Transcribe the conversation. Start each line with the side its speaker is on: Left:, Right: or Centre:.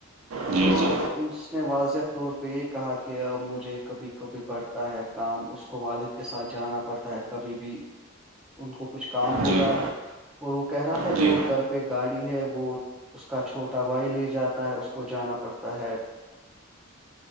Right: جی
Centre: تو
Right: جی
Centre: ان نے واضح طور پہ یہ کہا کہ مجھے کبھی کبھی پڑھتا ہے کام اس کو والد کے ساتھ جانا پڑتا ہے کبھی بھی ان کو کچھ کام ہوگا
Right: جی
Centre: اور وہ کہہ رہا تھا
Right: جی
Centre: جو گھر پہ گاڑی ہے وہ اس کا چھوٹا بھائی لے جاتا ہے اس کو جانا پڑتا ہے